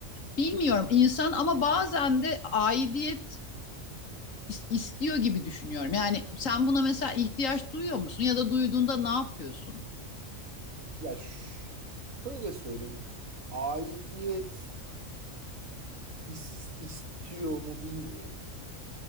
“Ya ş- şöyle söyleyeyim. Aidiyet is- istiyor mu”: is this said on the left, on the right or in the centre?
Right